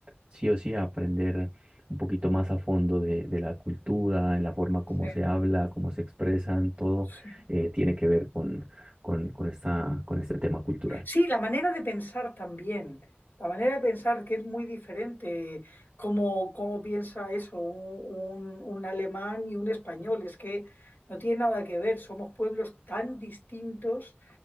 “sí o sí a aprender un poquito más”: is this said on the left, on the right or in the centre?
Right